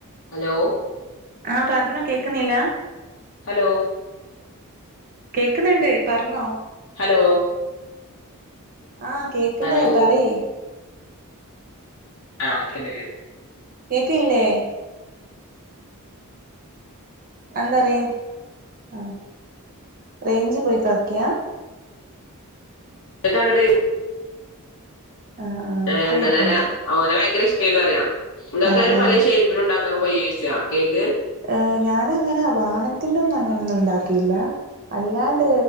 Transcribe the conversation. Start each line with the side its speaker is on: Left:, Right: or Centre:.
Left: ഹലോ
Right: ആഹ് പർഞ്ഞോ കേക്കുന്നില്ലാ
Left: ഹലോ
Right: കേക്ക്ന്നിണ്ട് പർഞ്ഞോ
Left: ഹലോ
Right: ആഹ് കേക്കുന്നേ
Left: ഹലോ
Right: പറി
Left: ആഹ് അങ്ങനെ രു
Right: കേക്കില്ലേ എന്താറ് ആഹ് റേഞ്ച്പോയി കളിക്യാ
Left: ഇതൊക്കെ അങ്ങട്ട്
Right: ആഹ് ആഹ്
Left: ഏഹ്
Right: ഇപ്പൊ കേക്കണ്ട്
Left: എന്തനാ ഓനെ ഭയങ്കര ഇഷ്ടേനു റയാം നിങ്ങക്കങ്ങന
Right: ആഹ് ആഹ്
Left: പലേശെയ് എപ്പള് ഇണ്ടാക്കാ പയേസ കേക്ക്
Right: ഏഹ് ഞാനങ്ങനെ വാഹനത്തിന്റെന്നും അങ്ങനൊന്നും ഇണ്ടാ‌ക്കില്ല അല്ലാണ്ട്